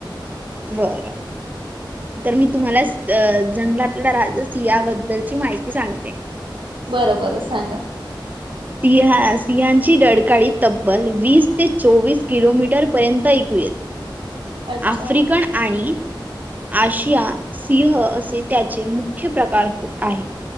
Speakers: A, on the right; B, on the right.
A: बरं तर मी. तुम्हाला जंगलातल्या राज सिहाबद्दलची माहिती सांगते.
B: बरं बरं सांगा.
A: सिं सिहची डकाळी तब्बल वीस ते चोवीस किलोमीटर पर्यंत कूल.
B: अच्छा
A: आफ्रिकन आणि. आशिया सिंह असे त्याचे मुख्य प्रकार होत आहेत.